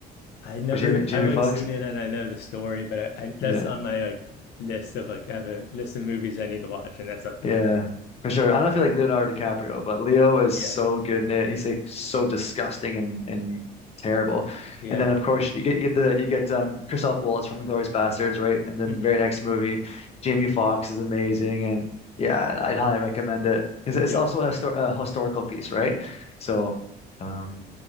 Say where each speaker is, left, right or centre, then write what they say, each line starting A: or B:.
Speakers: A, on the left (about 80°); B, on the left (about 35°).
A: I never,
B: with Jamie Jamie
A: I've like
B: Foxx?
A: seen it and I know the story, but I, I that's
B: Yeah.
A: on my like list of like I have a list of movies I need to watch, and that's up there.
B: Yeah, for sure.
A: Yeah.
B: I don't feel like Leonardo DiCaprio, but Leo is
A: Yes.
B: so good in it. He's like so disgusting and and terrible.
A: Yeah.
B: And then of course you get you get the you get um Christoph Waltz from Inglourious Bastards, right? And then
A: hmm
B: very next movie, Jamie Foxx is amazing, and yeah, I'd highly recommend it. It's, it's
A: Yep.
B: also a, histor a historical piece, right? So, um,